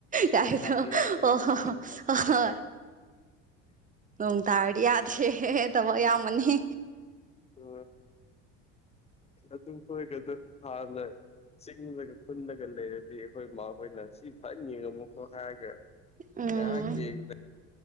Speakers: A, on the right; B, on the left.
A: ꯌꯥꯗ
B: ꯅꯨꯡꯁꯥꯗ ꯌꯥꯏꯕꯗꯣ
A: ꯑꯣ
B: ꯑꯥ
A: ꯍꯣꯏ
B: ꯑꯥ
A: ꯎꯝ ꯇ ꯌꯥꯗ꯭ꯔꯦ ꯇꯕꯣ ꯌꯥꯝꯃꯅꯤ
B: ꯎ ꯑꯗꯨꯝ ꯀꫭꯏꯗꯦ ꯍꯥꯟꯅ ꯆꯤꯡꯗꯒ ꯈꯨꯟꯂꯒ ꯂꯩꯔꯗꯤ ꯑꯩꯈꯣꯏ ꯃꯥꯣꯏꯅ ꯁꯤ ꯐꯅ ꯌꯦꯡꯉꯝꯃꯨꯀꯣ ꯍꯥꯏꯔꯒ
A: ꯎꯝ
B: ꯌꯥ ꯍꯦꯒꯗ